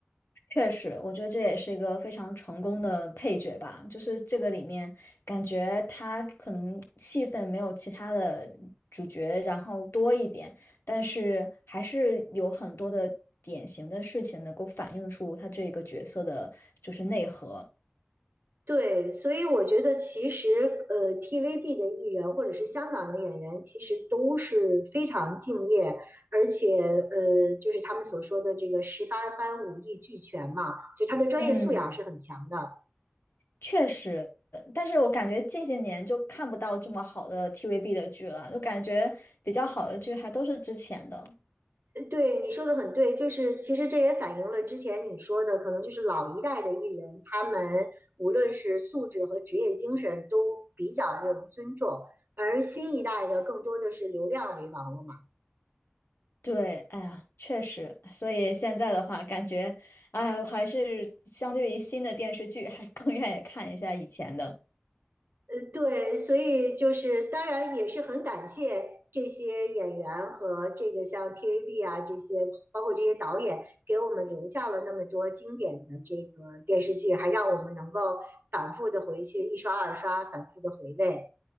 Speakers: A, on the left (about 75°); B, on the right (about 60°).
A: 确实，我觉得这也是一个非常成功的配角吧。就是这个里面，感觉他可能戏份没有其他的主角然后多一点，但是还是有很多的典型的事情能够反映出他这个角色的就是内核。
B: 对，所以我觉得其实呃，TVB 的艺人或者是香港的演员，其实都是非常敬业，而且呃，就是他们所说的这个十八般武艺俱全嘛，就他的专业素养是很强的。
A: 嗯，
B: 呃
A: 确实，但是我感觉近些年就看不到这么好的 TVB 的剧了，就感觉比较好的剧还都是之前的。
B: 对，你说的很对，就是其实这也反映了之前你说的，可能就是老一代的艺人，他们无论是素质和职业精神都比较令人尊重，而新一代的更多的是流量为王了嘛。
A: 对，哎呀，确实，所以现在的话，感觉，哎呀，还是相对于新的电视剧，还更愿意看一下以前的。
B: 呃，对，所以就是当然也是很感谢这些演员和这个像 TVB 啊这些，包括这些导演给我们留下了那么多经典的这个电视剧，还让我们能够反复的回去一刷二刷，反复的回味。